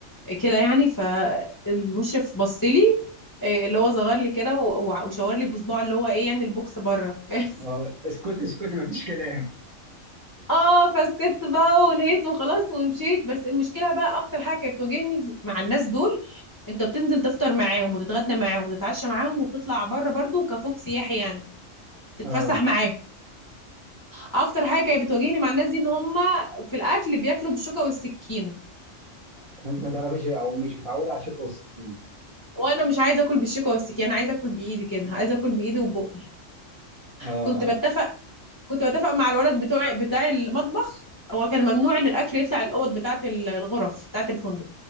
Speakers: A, on the left; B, on the right.
A: كده يعني فالمشرف بص لي إيه اللي هو صغر لي كده و- وع- وشاور لي بصباعه اللي هو ايه يعني البوكس بره <laughs>
B: اه اسكت اسكت ما فيش كلام
A: اه فسكت بقى ونهيت وخلاص ومشيت بس المشكله بقى اكتر حاجه كانت بتواجهني في- مع الناس دول انت بتنزل تفطر معاهم وتتغدى معاهم وتتعشى معاهم وبتطلع بره برضو كفوق سياحي يعني تتفسح
B: اه
A: معاهم اكتر حاجه كانت بتواجهني مع الناس دي ان هم في الاكل بياكلوا بالشوكه والسكينه
B: وانت ما تعرفيش او مش متعوده على الشوكه والسكينه
A: وانا مش عايزه اكل بالشوكه والسكينه انا عايزه اكل بايدي كده عايزه اكل بايدي وبقي
B: اه
A: كنت بتفق كنت بتفق مع الولد بتوع بتاع المطبخ هو كان ممنوع ان الاكل يطلع الاوض بتاعه الغرف بتاعه الفندق